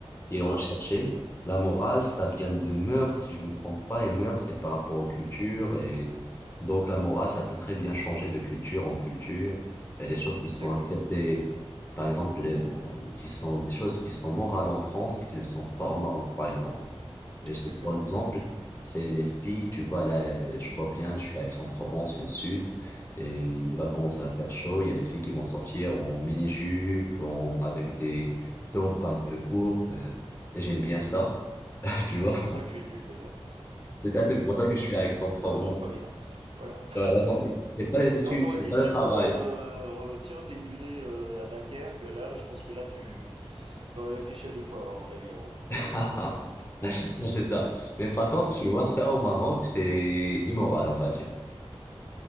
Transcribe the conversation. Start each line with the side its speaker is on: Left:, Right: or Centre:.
Left: Et
Right: Mhm.
Left: on a cherché. La morale, ça vient de mœurs, si je me trompe pas. Et mœurs, c'est par rapport aux cultures. Et donc, la morale, ça peut très bien changer de culture en culture. Il y a des choses qui
Right: Exactement.
Left: sont acceptées, par exemple, les- on- on- qui sont des choses qui sont morales en France, qui ne le sont pas au
Right: Mhm.
Left: Maroc, par exemple. Et je-
Right: Exactement.
Left: Par exemple, c'est les filles, tu vois, là, euh, je vois bien, je suis à Aix-en-Provence, le sud, et il
Right: Mhm.
Left: va commencer à faire chaud. Il y a les filles qui vont sortir en mini-jupe, en- avec des tops un peu courts. euh, et j'aime bien ça, <laughs> tu
Right: Ah
Left: vois.
Right: bah, c'est pour ça que tu es venu d'ailleurs.
Left: C'est tout à fait pour ça que je suis à Aix-en-Provence.
Right: C'est la raison première. Voilà.
Left: Ouais, vraiment, C'est pas les études,
Right: Et on t'aurait
Left: c'est
Right: dit,
Left: pas
Right: tiens,
Left: le travail.
Right: euh, tiens, t'es migré euh, à Dunkerque, là, je pense que là, tu t'aurais réfléchi à deux fois, à mon avis, avant de monter
Left: <laughs>
Right: euh, dans le Nord.
Left: Non, c'est ça. Mais par contre, tu vois, ça au Maroc, c'est immoral, on va dire.